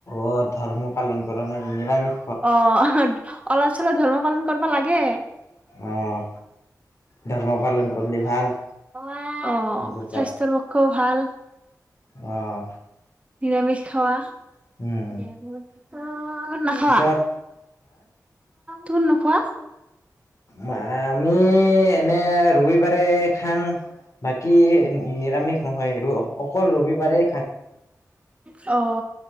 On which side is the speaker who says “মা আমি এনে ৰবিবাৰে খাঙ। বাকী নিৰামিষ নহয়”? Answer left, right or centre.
Left